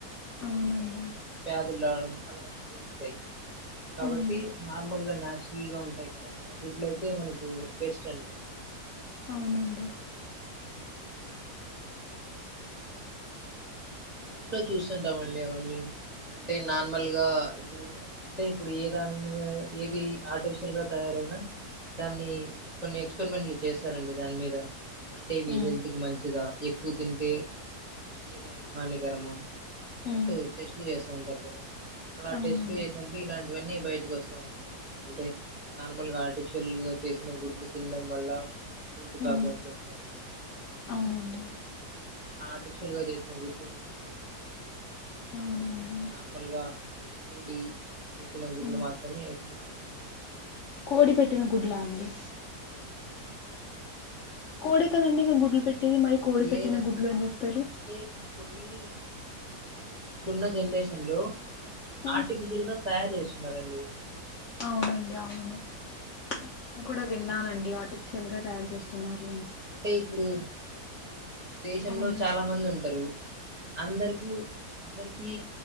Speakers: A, on the right (about 35°); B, on the left (about 70°).
A: ఏదన్న
B: అవునండి
A: వ్యాధులు రావడం అలాంటివి జరుగుతాయి కాబట్టి
B: ఉమ్,
A: నార్మల్గా నాచురల్ గా ఉంటాయి కదా ఆ గుడ్లు అయితే మనకు బెస్ట్ అండి
B: అవునండి
A: న్ూస్ లో చూస్తుంటామండి అవన్నీ అంటే నార్మల్ గా ఇప్పుడు అంటే ఇప్పుడు ఏ దాని మీద ఏది ఆర్టిఫిషియల్ గా తయారైనా దాన్ని కొన్ని ఎక్స్పెరిమెంట్లు చేస్తారండి దాని మీద అంటే ఇవి
B: ఉమ్,
A: హెల్త్ కి మంచిదా ఎక్కువ తింటే ఏదైనా హానికరమా అన్నట్టు
B: ఉమ్,
A: టెస్ట్లు చేస్తా ఉంటారు కదా అలా
B: అవునండి
A: టెస్ట్లు చేసినప్పుడు ఇలాంటి ఇవన్నీ బయటకి వస్తా ఉంటాయి అంటే నార్మల్గా ఆర్టిఫిషియల్గా చేసిన గుడ్లు తినడం వల్ల హెల్త్ ప్రాబ్లమ్స్
B: ఉమ్,
A: వస్తాయి
B: అవునండి
A: అందుకు ఆర్టిఫిషియల్ గా చేసిన గుడ్ డ్లు తిన కూడదు
B: అవునండి
A: నార్మల్గా కోడి పెట్టిన గుడ్లు
B: ఉమ్.
A: మాత్రమే తింటే మనకు
B: కోడి పెట్టిన గుడ్లా అండి
A: ఆ అండి
B: కోడే కదండి ఇంకా గుడ్లు పెట్టేది మరి కోడి పెట్టిన
A: లేదా
B: గుడ్లు అని చెప్తారు
A: అంటే కొన్ని ఇప్పుడు ఇప్పుడున్న జనరేషన్ లో
B: ఉమ్,
A: ఆర్టిఫిషియల్ గా తయారు చేస్ తున్నారండి
B: అవునండి అవును
A: అందుకని
B: నేను కూడా విన్నానండి ఆర్టిఫిషియల్గా తయారు చేస్తున్నారు అని
A: అంటే ఇప్పుడు ఇప్పుడు దేశంలో
B: అవును
A: చాలా మంది ఉంటారు అందరికు అందరికి